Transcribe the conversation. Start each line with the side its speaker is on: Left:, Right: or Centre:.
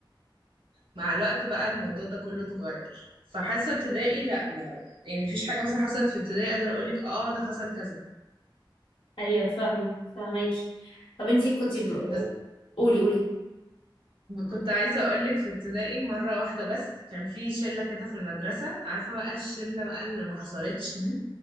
Right: مع الوقت بقى الموضوع ده كله اتغير فحاسة ابتدائي لا ما يعني مفيش حاجة مثلا حصلت في ابتدائي اقدر اقولك اه ده حصل كذا
Left: <laughs> ايوه فاهمة فاهماكي طب انتي كنتي ب...
Right: بس
Left: قولي قولي
Right: كنت عايزة اقولك في ابتدائي مرة واحدة بس كان في شلة كده في المدرسة عارفة بقى الشلة بقى اللي ما حصلتش دي